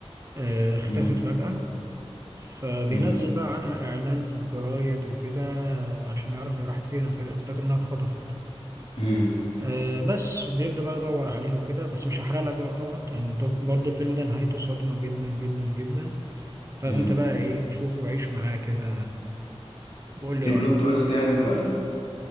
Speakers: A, on the right; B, on the left.
A: آه، اختفت
B: امم
A: فجأة فبينزل
B: امم
A: بقى عنها اعلان في الجرايد وكده آه، عشان يعرف هي راحت فين افتكر انها اتخطفت
B: امم
A: آه، بس بيبدأ بقى يدور عليها وكده بس مش هحرق لك بقى طبعا لان طب برضه الفيلم ده نهايته صدمة جدا جدا جدا فانت
B: امم
A: بقى ايه شوفه وعيش معاه كده وقول
B: في
A: لي رأيك
B: بلوت تويست يعني في الاخر